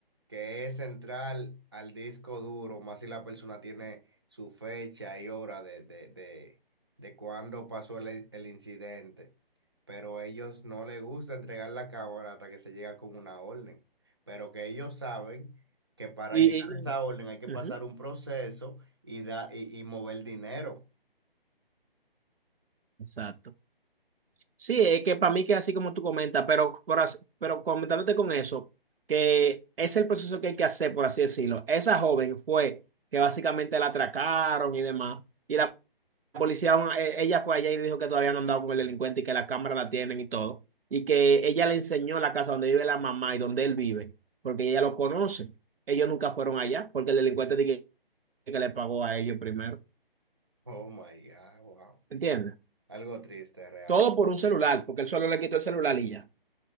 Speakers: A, on the right; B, on the right.
A: que es entrar al disco duro, más si la persona tiene su fecha y hora de, de, de, de cuándo pasó el, el incidente. Pero ellos no les gusta entregar la cámara hasta que se llega con una orden. Pero que ellos saben que para
B: Y,
A: llegar
B: y-
A: a esa orden hay que
B: y-
A: pasar
B: Ujú,
A: un proceso y, da, y, y mover dinero.
B: Exacto. Sí, es que para mí que así como tú comentas, pero, por as- pero comentándote con eso, que es el proceso que hay que hacer, por así decirlo. Esa joven fue que básicamente la atracaron y demás, y la policía, aún- eh, ella fue allá y dijo que todavía no han dado con el delincuente y que la cámara la tienen y todo. Y que ella le enseñó la casa donde vive la mamá y donde él vive, porque ella lo conoce. Ellos nunca fueron allá, porque el delincuente dije que le pagó a ellos primero.
A: Oh my God, wow.
B: ¿Entiendes?
A: Algo triste realmente.
B: Todo por un celular, porque él solo le quitó el celular y ya.